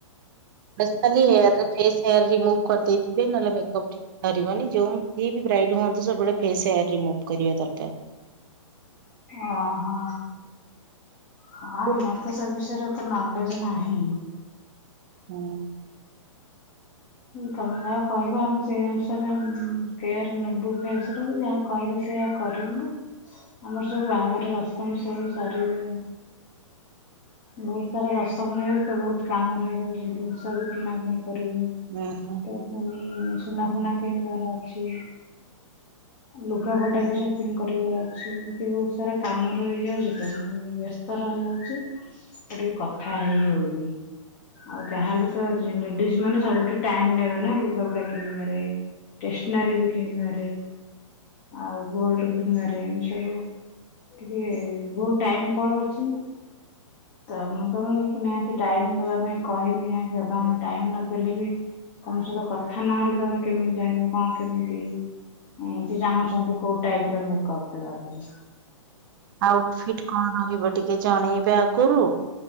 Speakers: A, on the right; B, on the left.
A: ବ ଖାଲି ହେୟାର ଫସ୍ ହେୟାର ରିମୁଭ୍ କରିଦେଇଥିବେ ନହେଲେ ମେକପ୍- ଧରିବନି ଯୋଉିଏ ବି ବ୍ରାଇଟ୍ ହୁଅନ୍ତୁ ସବୁବେଳେ ଫେସୟାର ରିମୁଭ କରିବା ଦରକାର।
B: ଓ ହୋ। ହଁ
A: ହୁଁ
B: ଆମର ତ ସେ ବିଷୟରେ ତ ନଲେଜ ନାହିଁ।
A: ହୁଁ-
B: ତମେ କହିବ ଆମେ ସେଇ ଅନୁସାରେ କେହାୟର ନେବୁ ଫେସରେ ଯାହା। କହିବି ସେୟ କରିବୁନୁ- ଆମର ସବୁ ବାହାଘର ରସମ୍ ସବୁ ସାରିବେ। ବହୁତ ସାରା ରସମ ରଯାଉ ତ ବହୁତ କାମ ରହିଯିବ ଜିନିଷ ବି କିଣାକିଣି କରିବୁ।
A: ହୁଁ ହଁ।
B: ତ ପୁଣି ସୁନା ଫୁନା କିଣିବାର ଅଛି। ଲୁଗାପଟା ବି ସପିଙ୍ଗ କରିବାର ଅଛି ଏମିତି ବହୁତ ସାରା କାମ ରହିଇଯାଉଛି ମୁଁ ବ୍ୟସ୍ତ- ତର ହେଇଯାଉଛି ଆ ଟିକେ କଥା ହେଇ ହଉନି। ଆଉ ଯାହା ହେଲେ ତ ଲେଡିଜ ମାନେ ସବୁଠି ଟାଇମ ନେବେ ନା ଲୁଗାପଟା କିଣିବାରେ ଷ୍ଟେସନାରୀ ବି କିଣିବାରେ। ଆଉ ଗୋଲଡ କିଣିବାରେ ଏମିତି ସବୁ। ଟିକେ ବହୁତ ଟାଇମ କଳ ଅଛି। ତମକୁ ମୁଁ ନିହାତି ଟାଇମ ଦବା ପାଇଁ କହିବି ନିହାତି ଅଧଘଣ୍ଟେ ଟାଇମ ନଦେଲେ ବି। ତମ ସହିତ କଥା ନହେଲେ ତମେ କେମିତି ଜାଣିବ କଣ କେମିତି। ସେ ଚାହୁଁଚନ୍ତି କୋଉ ଟାଇପ ର ମେକଅପ ଦେବା ପାଇଁ।
A: ଆଉଟଫିଟ କଣ ରହିବ ଟିକେ ଜଣେଇବେ ଆଗରୁ